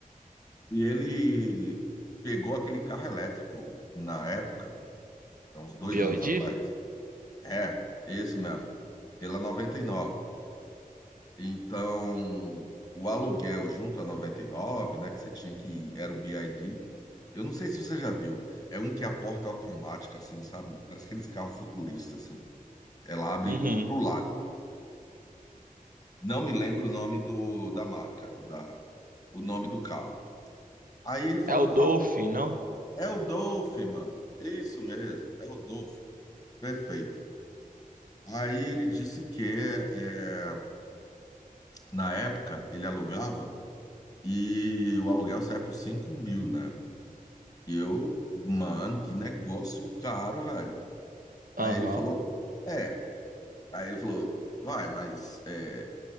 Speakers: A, on the left; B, on the right.
A: E ele pegou aquele carro elétrico na época, há uns dois
B: B
A: anos
B: O D,
A: atrás. É, esse mesmo, pela 99. Então, o aluguel junto a 99, né, que você tinha que era o BID. Eu não sei se você já viu. É um que é a porta é automática assim, sabe? Parece aqueles carros futuristas assim. Ela abre
B: Uhum.
A: pro lado. Não me lembro o nome do da marca, da o nome do carro. Aí ele falou
B: É o Dolphin,
A: que o aluguel
B: não?
A: é o Dolph, mano. Isso mesmo, é o Dolph. Perfeito. Aí ele disse que é, na época ele alugava e o aluguel sai por 5 mil, né? E eu, mano, que negócio caro, velho.
B: Aham,
A: Aí ele falou, é. Aí ele falou, vai, mas é,